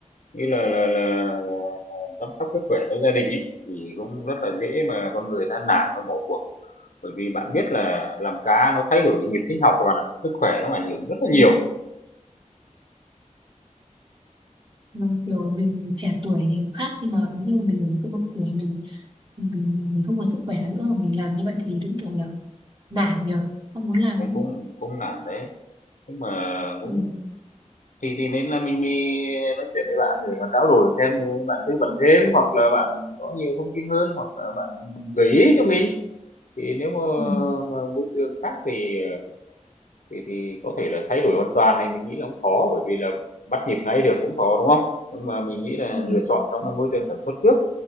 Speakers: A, on the left; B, on the right.
A: như là là, là là chăm sóc sức khỏe cho gia đình ấy thì cũng rất là dễ mà con người ta nản và bỏ cuộc bởi vì bạn biết là làm cá nó thay đổi nhịp sinh học rồi bạn ạ sức khỏe nó ảnh hưởng rất là
B: Ừ,
A: nhiều
B: mà kiểu mình trẻ tuổi khác nhưng mà nếu như mình ở cái độ tuổi mình mình mình không có sức khỏe nữa mà mình làm như vậy thì đúng kiểu là nản nhờ không muốn làm
A: cũng cũng
B: nữa.
A: cũng nản đấy nhưng mà cũng
B: ừ,
A: thì thì nên là mình đi nói chuyện với bạn để mà trao đổi thêm bạn tư vấn thêm hoặc là bạn có nhiều thông tin hơn hoặc là bạn gợi ý cho mình thì nếu mà,
B: ừ,
A: mà môi trường khác thì Thì thì có thể là thay đổi hoàn toàn này mình nghĩ là cũng khó, bởi vì là bắt nhịp ngay được cũng khó, đúng không? Nhưng mà mình nghĩ là
B: ừ,
A: lựa chọn trong cái môi trường sản xuất trước,